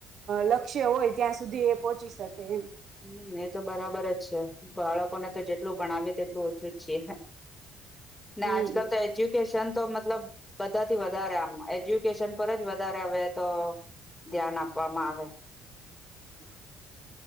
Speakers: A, on the right; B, on the left.
A: લક્ષ્ય હોય ત્યાં સુધી એ પહોંચી શકે એમ.
B: હમ એ તો બરાબર જ છે બાળકોને તો જેટલું ભણાવી તેટલું ઓછું જ છીએ. નાને
A: હમ
B: આજ કલ તો એજ્યુકેશન. તો મતલબ બધાથી વધારે આમ એજ્યુકેશન પર જ વધારે આવે તો ધ્યાન આપવામાં આવે.
A: <inaudible>